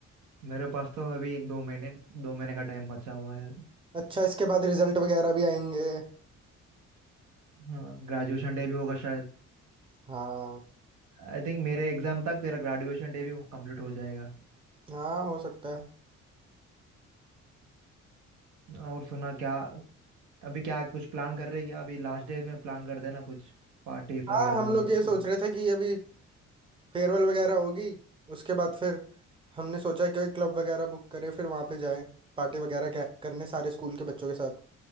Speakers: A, on the right; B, on the right.
A: मेरे पास तो अभी एक दो महीने दो महीने का टाइम बचा हुआ है अभी
B: अच्छा इसके बाद रिजल्ट वगैरह भी आएंगे
A: हाँ ग्रेजुएशन डे भी होगा शायद
B: हाँ
A: आई थिंक मेरे एग्जाम तक तेरा ग्रेजुएशन डे भी कंप्लीट हो जाएगा
B: हाँ हो सकता है
A: और सुना क्या अभी क्या कुछ प्लान कर रहे हैं क्या अभी लास्ट डे में प्लान कर देना कुछ पार्टी वगैरह
B: हाँ हम
A: वगैरह
B: लोग
A: कुछ
B: ये
A: प्लान
B: सोच रहे थे कि अभी फेयरवेल वगैरह होगी उसके बाद फिर हमने सोचा कि क्लब वगैरह बुक करें फिर वहाँ पे जाएं पार्टी वगैरह कै- करने सारे स्कूल के बच्चों के साथ